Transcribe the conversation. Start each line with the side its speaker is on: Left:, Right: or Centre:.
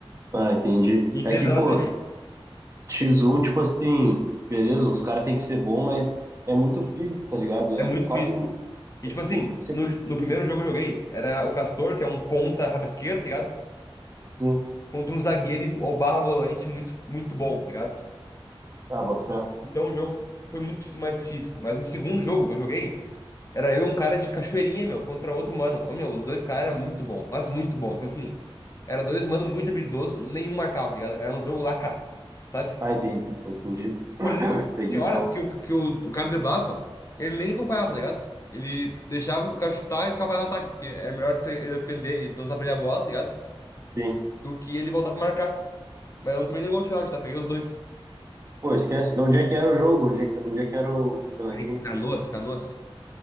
Right: Ah, entendi.
Left: E a gente
Right: É
Left: teve
Right: que,
Left: nós,
Right: pô,
Left: né?
Right: X1,
Left: É
Right: tipo assim, beleza, os caras têm que ser bom, mas é muito físico, tá ligado?
Left: é
Right: É
Left: muito difícil.
Right: quase, é,
Left: pô. E tipo
Right: tipo,
Left: assim,
Right: sempre
Left: no, no primeiro
Right: físico.
Left: jogo que eu joguei, era o Castor, que é um ponta rabisqueiro, tá ligado?
Right: Sim.
Left: Contra um zagueiro e- ou barra volante muito, muito bom, tá ligado?
Right: Ah, bota fé.
Left: Então o jogo foi muito mais físico. Mas no segundo jogo que eu joguei, era eu e um cara de cachoeirinha, meu, contra outro mano. Ô, meu, os dois caras eram muito bom, mas muito bom. Tipo assim, era dois mano muito habilidoso, nenhum marcava, tá ligado? Era um jogo lá cá, sabe?
Right: Ah, entendi, pô, entendi.
Left: Por exemplo,
Right: Peguei,
Left: tinha
Right: então.
Left: horas que o, que o, o cara driblava, ele nem acompanhava, tá ligado? Ele deixava o cara chutar e ficava parado no ataque, porque era melhor ter- ele ofender e lançar pra ele a bola, tá ligado?
Right: Sim.
Left: Do que ele voltar pra marcar. Mas eu não tomei nenhum gol de tiragem, tá? Peguei os dois.
Right: Pô, esquece. Onde é que era o jogo? Onde é que, onde é que era o campeonatinho?
Left: Era em Canoas, Canoas.